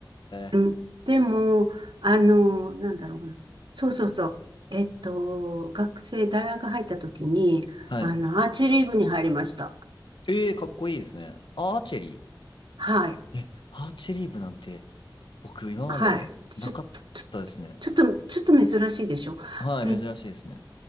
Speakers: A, on the right; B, on the left.
A: うん。
B: ー、
A: でも、あの、なんだろうな。そうそうそう。えっと、学生、大学入った時に、
B: はい。
A: あの、アーチェリー部に入りました。
B: えー、かっこいいですね。アーチェリ
A: はい。
B: ー。え、アーチェリー部なんて僕今までなかったですね。
A: はい。ちょ、ちょ、ちょっと、ちょっと珍しいでしょ。
B: はい、
A: で、
B: 珍しいですね。